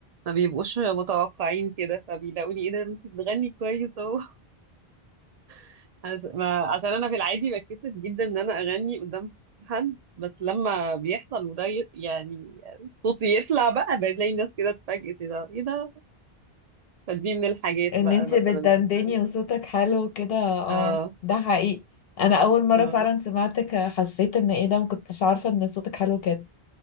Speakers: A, on the right (about 50°); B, on the left (about 70°).
A: ما بيبقوش متوقعين كده فبيلاقوني ايه ده انت بتغني كويس اهو <laughs> عش- ما- عشان انا في العادي بتكسف جدا ان انا اغني قدام حد بس لما بيحصل وده ي- يعني صوتي يطلع بقى بلاقي الناس كده اتفاجئت ايه ده ايه ده فدي من الحاجات
B: ان
A: بقى
B: انتي
A: مثلا
B: بتدندني
A: ال-
B: وصوتك حلو وكده اه
A: اه
B: ده حقيقي انا اول مرة
A: اه
B: فعلا سمعتك حسيت ان ايه ده ما كنتش عارفة ان صوتك حلو كده